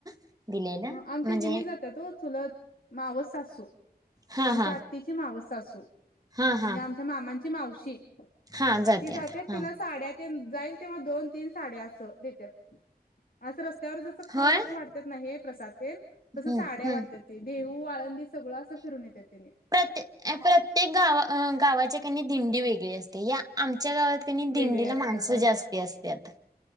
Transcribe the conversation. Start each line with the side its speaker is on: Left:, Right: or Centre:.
Right: <inaudible>
Left: आमच्या
Right: म्हणजे
Left: हेनी जात तो चुलत मावस सासू
Right: हा
Left: आमच्या
Right: हा
Left: आ त्याची मावस सासू
Right: हा हा
Left: म्हणजे आमच्या मामांची मावशी
Right: हा जात्यात
Left: ती जाते
Right: हा
Left: तिला साड्यात ते जाईल तेव्हा दोन तीन साड्या अस देतात असं रस्त्यावर जसं खाऊ
Right: होय
Left: असं वाटत ना हे प्रसादन
Right: हम्म
Left: तसं साड्या
Right: हम्म
Left: वाटतात ते देहू आळंदी सगळं असं फिरून येते तिने.
Right: प्रत्य प्रत्येक गाव गावाच्या कनी दिंडी वेगळी असते या आमच्या गावात दिंडीला
Left: वेगळी असते
Right: माणसं
Left: हा
Right: जास्ती असत्यात